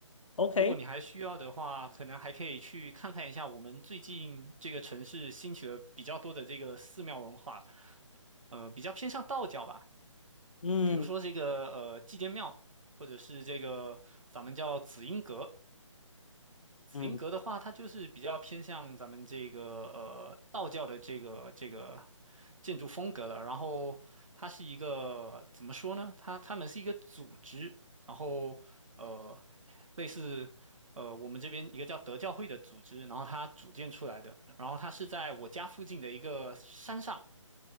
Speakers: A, on the left; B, on the right.
A: ？OK，
B: 如果你还需要的话，可能还可以去看看一下我们最近这个城市兴起的比较多的这个寺庙文化，呃，比较偏向道教吧。
A: 嗯。
B: 比如说这个呃祭奠庙，或者是这个咱们叫紫英阁。紫英阁的话，
A: 嗯，
B: 它就是比较偏向咱们这个呃道教的这个这个建筑风格了。然后它是一个怎么说呢？它它们是一个组织，然后呃类似呃我们这边一个叫德教会的组织，然后它组建出来的。然后它是在我家附近的一个山上，